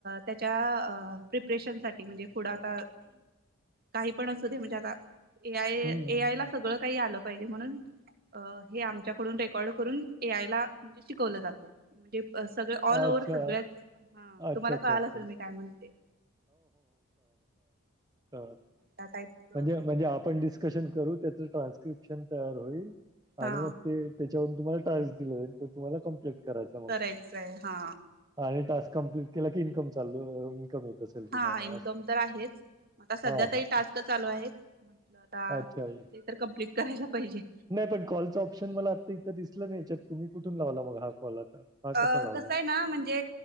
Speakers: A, on the right; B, on the right.
A: त्याच्या प्रिपरेशन साठी. म्हणजे पुढं आता. काही पण असू दे, म्हणजे आता ए. आय
B: हम्म
A: ए. आयला सगळं काही आलं पाहिजे, म्हणून अ हे आमच्याकडून रेक रेकॉर्ड करून ए. आयला. म्हणजे शिकवलं जाते. म्हणजे सगळ ऑल
B: अच्छा
A: ओव्हर सगळ्याच ह
B: अच्छा
A: तुम्हाला
B: अच्छा
A: कळाल
B: अच्छा
A: असेल मी काय म्हणते.
B: क
A: त्या टाईपच
B: म्हणजे म्हणजे आपण डिस्कशन करू, त्याच ट्रान्स्क्रिप्शन तयार होईल. आणि
A: हा
B: मग ते त्याच्यावरून तुम्हाला टास्क दिलं जाईल. ते तुम्हाला कम्प्लेट करायच मग.
A: करायचंय हा
B: आणि टास्क कमप्लीट केला, की इनकम चालू इन्कम येत. असेल तुम्हाला
A: हा इन्कम
B: असं
A: तर आहेच, आता सध्या
B: हां,
A: तरी
B: हां.
A: टास्क चालू आहेत. म्हटलं आता
B: अच्छा. ये.
A: ते तर कम्प्लीट करायला पाहिजे.
B: नाही पण कॉलचं ऑप्श मला आता इथं दिसलं. नाही याच्यात तुम्ही कुठून लावला बघ हा कॉल. हा
A: अ
B: कसा लावला?
A: कसं आहे ना. म्हणजे